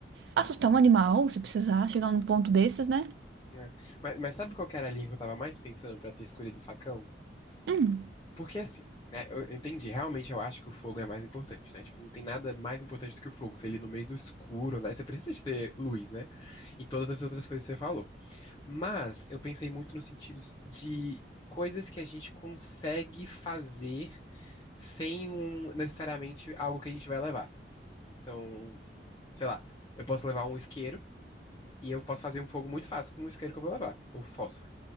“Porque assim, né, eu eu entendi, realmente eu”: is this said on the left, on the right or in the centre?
Left